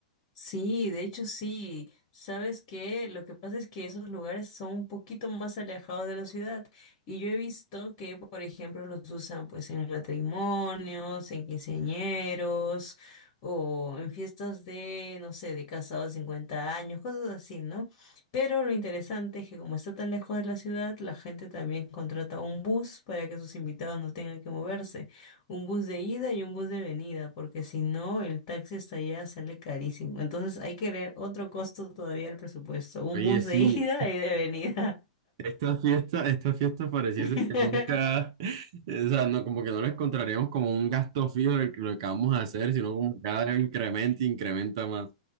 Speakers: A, on the left; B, on the right.
A: Sí, de hecho sí. ¿Sabes qué? Lo que pasa es que esos lugares son un poquito más alejados de la ciudad y yo he visto que, por ejemplo, los usan pues en matrimonios, en quinceañeros o en fiestas de, no sé, de casados de 50 años, cosas así, ¿no? Pero lo interesante es que como está tan lejos de la ciudad, la gente también contrata un bus para que sus invitados no tengan que moverse un bus de ida y un bus de venida, porque si no, el taxi hasta allá sale carísimo. Entonces hay que ver otro costo todavía al presupuesto, un
B: Oye,
A: bus
B: sí,
A: de <laughs> ida y de venida.
B: esta fiesta, esta fiesta pareciese
A: <laughs>
B: que nunca, <laughs> o sea, no, como que no la encontraríamos como un gasto fijo de lo que vamos a hacer, sino como que cada vez incrementa, y incrementa más.